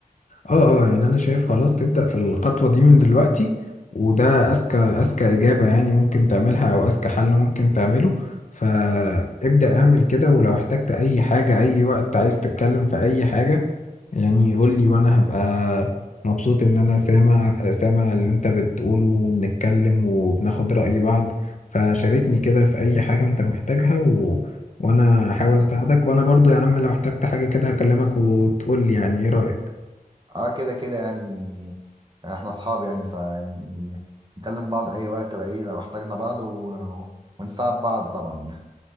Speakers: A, on the left (about 55°); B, on the right (about 30°).
A: اه اه يعني انا شايف خلاص تبدأ في الخطوة دي من دلوقتي وده اذكى اذكى اجابة يعني ممكن تعملها او اذكى حل ممكن تعمله فابدأ
B: عادي
A: اعمل كده ولو احتجت اي حاجة اي وقت عايز تتكلم في اي حاجة يعني يقول لي وانا هبقى مبسوط ان انا سامع سامع اللي انت بتقوله وبنتكلم وبناخد رأي بعض فشاركني كده في اي حاجة انت محتاجها و... وانا هحاول
B: كتر
A: اساعدك
B: خير.
A: وانا برضو يا عم لو احتجت حاجة كده هكلمك وتقول لي يعني ايه رأيك
B: اه كده كده يعني يعني احنا اصحاب يعني فيعني نكلم بعض اي وقت بقى ايه لو احتاجنا بعض و... و- ونساعد بعض طبعا يعني.